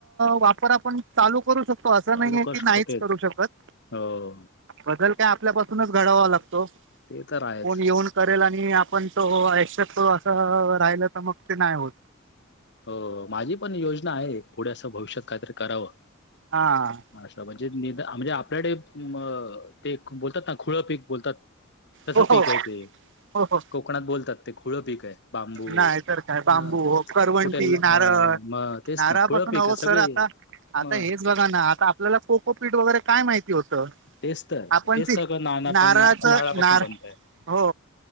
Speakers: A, on the right; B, on the left.
A: वापर आपण चालू करू शकतो अस
B: चालू
A: असं नाही आहे
B: करू
A: की,
B: शकतो
A: नाहीच
B: तेच
A: करू शकत.
B: हो
A: बदल काय आपल्यापासूनच घडावा लागतो.
B: ते तर आहेच
A: कोण येऊन करेल आणि आपण तो एक्सेप्ट करू. असं राहिल तर मग ते नाही होत.
B: हो, माझी पण योजना आहे. पुढे असं भविष्यात काहीतरी करावं.
A: हा.
B: आस म्हणजे नि म्हणजे आपल्याकडे म ते बोलतात ना, खुळं पीक बोलतात. तसं
A: हो हो
B: पीक आहे ते,
A: हो हो
B: कोकणात बोलतात ते खुळं पीक आहे. बांबू
A: नाही तर काय, बांबू
B: बर
A: ओ. करवंटी,
B: कुठे ल
A: नारळ,
B: अ मग तेच
A: नारळापासून
B: ना खुळं पीक
A: हवं
B: सगळे
A: सर आता,
B: मग
A: आता हेच हे बघा ना, आता आपल्याला को को पीट वगैरे काय माहिती होतं.
B: तेच तर
A: आपण
B: तेच
A: ती,
B: सगळं नाना
A: नारळाच
B: पण नारळापासून
A: नार
B: बनतय.
A: हो,